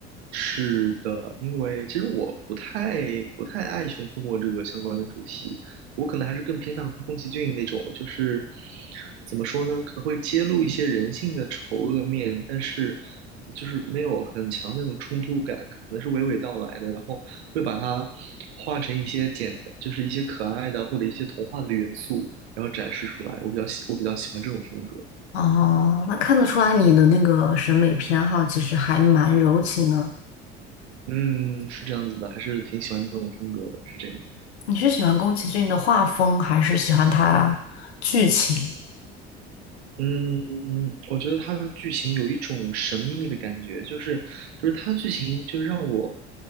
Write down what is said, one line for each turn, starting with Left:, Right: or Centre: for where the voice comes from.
Right: 是的，因为其实我不太不太爱《熊出没》这个相关的主题，我可能还是更偏向宫崎骏那种，就是怎么说呢，可能会揭露一些人性的丑恶面，但是就是没有很强的那种冲突感，可能是娓娓道来的，然后会把它画成一些简单，就是一些可爱的或者一些童话的元素，然后展示出来。我比较喜我比较喜欢这种风格，
Left: 哦，那看得出来你的那个审美偏好其实还蛮柔情的。
Right: 嗯，是这样子的，还是挺喜欢这种风格的，是这样。
Left: 你是喜欢宫崎骏的画风，还是喜欢他剧情？
Right: 嗯，嗯嗯我觉得它的剧情有一种神秘的感觉，就是就是它的剧情就让我